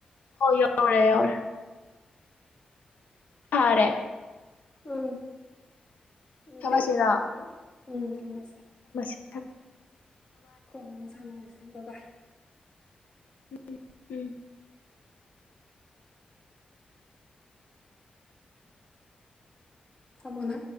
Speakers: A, on the left; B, on the left.
A: ꯍꯣ ꯌꯥꯎꯔꯦ ꯌꯥꯎꯔꯦ ꯐꯔꯦ
B: ꯎꯝ ꯑꯗꯨꯗꯦ
A: ꯊꯝꯃꯁꯤꯔꯣ
B: ꯃꯥꯗꯣ ꯎꯝ ꯊꯝꯃꯃꯁꯦ
A: ꯎꯝ
B: ꯀꯣꯗ ꯃꯁꯂꯦ ꯍ ꯕꯥ
A: ꯎꯝ ꯎꯝ
B: ꯁꯃꯣꯅꯥ